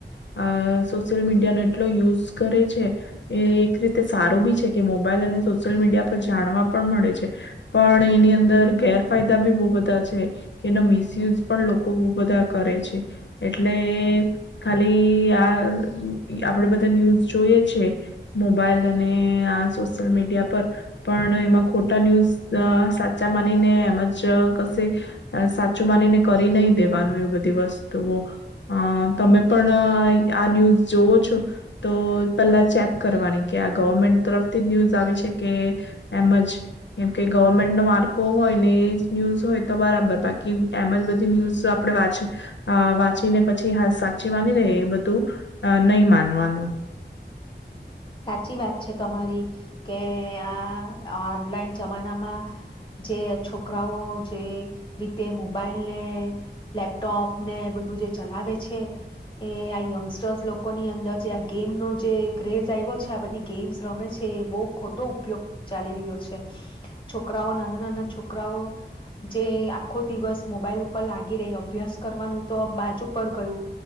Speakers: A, on the left; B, on the left.
A: અ સોશિયલ મીડિયાનો એટલો યુઝ કરે છે એ એક રીતે સારું બી છે કે મોબાઈલ અને સોશિયલ મીડિયા પર જાણવા પણ મળે છે પણ એની અંદર ગેરફાયદા બી બૌ બધા છે. કે એનો મિસયુઝ પણ લોકો બહુ બધા કરે છે. એટલે ખાલી આ અ આપડે બધા ન્યૂઝ જોઈએ છે મોબાઈલ અને આ સોશિયલ મીડિયા પર પણ એમાં ખોટા ન્યૂઝ અ સાચા માનીને એમજ કશે આ સાચું માનીને કરી નહી દેવાનું એ બધી વસ્તુઓ અ તમે પણ અ આ ન્યૂઝ જોવો છો તો પહેલા ચેક કરવાની કે આ ગવર્મેન્ટ તરફથી જ ન્યૂઝ આવી છે કે એમ જ કેમ કે ગવર્મેન્ટનો માર્કો હોય ને એ ન્યૂઝ હોય તો બરાબર બાકી એમ જ બધી ન્યૂઝ આપણે વાંચ અ વાંચીને પછી હા સાચી માની લઇયે એ બધું નહી માનવાનું.
B: સાચી વાત છે તમારી કે આ આ ઓનલાઈન જમાનામાં જે છોકરાઓ જે રીતે મોબાઈલને, લેપટોપ ને બધું જે ચલાવે છે એ આ યંગસ્ટર્સ લોકોની અંદર જે આ ગેમનો જે ક્રેઝ ક્રેઝ આવ્યો છે આ બધી ગેમ્સ રમે છે એ બહુ ખોટો ઉપયોગ ચાલી રહ્યો છે. છોકરાઓ નાના-નાના છોકરાઓ જે આખો દિવસ મોબાઈલ ઉપર લાગી રહી અભ્યાસ કરવાનું તો બાજુ પર ગયું